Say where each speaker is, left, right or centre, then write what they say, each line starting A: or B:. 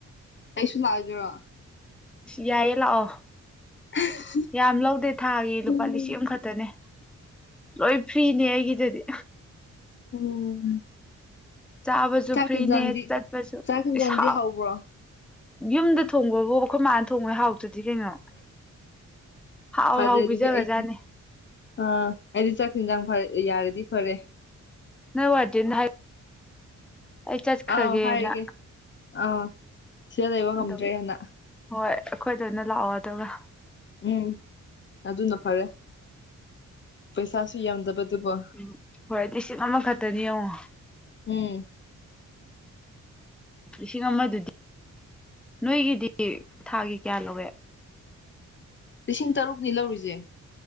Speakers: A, on the left (about 40°); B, in the centre.
A: ꯑꯁꯨ ꯂꯥꯛꯑ ꯒ‌ꯦꯔ‌ꯣ
B: ꯌꯥꯏꯌꯦ ꯂꯥꯛꯑꯣ
A: <unintelligible>
B: ꯌꯥꯝ ꯂꯧꯗꯦ ꯊꯥꯒꯤ ꯂꯨꯄꯥ
A: ꯎꯝ
B: ꯂꯤꯁꯤꯡ ꯑꯃꯈꯛꯇꯅꯦ ꯂꯣꯏ ꯐ꯭ꯔꯤꯅꯦ ꯑꯩꯒꯤꯗꯗꯤ
A: ꯑꯣꯝ
B: ꯆꯥꯕꯁꯨ
A: ꯆꯥꯛ
B: ꯐ꯭ꯔꯤꯅꯦ
A: ꯍ‌ꯦꯟꯖꯥꯡꯗꯤ
B: ꯆꯠꯄꯁꯨ
A: ꯆꯥꯛ ꯍ‌ꯦꯟꯖꯥꯡꯗꯤ
B: ꯏꯁ
A: ꯍꯥꯎꯕ꯭ꯔꯣ
B: ꯌꯨꯝꯗ ꯊꯣꯡꯕꯕꯨ ꯑꯩꯈꯣꯏ ꯃꯥꯅ ꯊꯣꯡꯕꯣꯏ ꯍꯥꯎꯇꯗꯤ ꯀꯩꯅꯣ ꯍꯥꯎ
A: ꯐꯔꯦ
B: ꯍꯥꯎ
A: ꯑꯗꯨꯗꯤ
B: ꯄꯤꯖꯒꯖꯥꯅꯦ
A: ꯑꯩ ꯑꯥ ꯑꯩꯗꯤ ꯆꯥꯛ ꯏꯤꯟꯖꯥꯡ ꯐꯔ ꯌꯥꯔꯗꯤ ꯐꯔꯦ
B: ꯅ ꯋꯥꯔꯗ‌ꯦꯅ ꯗ ꯍꯥꯏ ꯑꯩ ꯆꯠꯈ꯭ꯔꯒꯦꯅ
A: ꯑꯥꯎ ꯍꯥꯏꯔꯒꯦ ꯑꯥꯎ ꯁꯤꯗ ꯂꯩꯕ ꯉꯝꯗ꯭ꯔꯦ
B: ꯑꯗꯨꯒꯤ
A: ꯍꯅ
B: ꯍꯣꯏ ꯑꯩꯈꯣꯏꯗ ꯑꯣꯏꯅ ꯂꯥꯛꯑꯣ ꯑꯗꯨꯒ
A: ꯎꯝ ꯑꯗꯨꯅ ꯐꯔꯦ ꯄꯩꯁꯥꯁꯨ ꯌꯥꯝꯗꯕꯗꯨꯕꯨ
B: ꯎꯝ ꯍꯣꯏꯗꯤ ꯁꯤꯡ ꯑꯃꯈꯛꯇꯅ‌ꯦ ꯌꯦꯡꯉꯣ
A: ꯎꯝ
B: ꯂꯤꯁꯤꯡ ꯑꯃꯗꯨꯗꯤ ꯅꯣꯏꯒꯤꯗꯤ ꯊꯥꯒꯤ ꯀꯌꯥ ꯂꯧꯋꯦ
A: ꯂꯤꯁꯤꯡ ꯇꯔꯨꯛꯅꯤ ꯂꯧꯔꯤꯁꯦ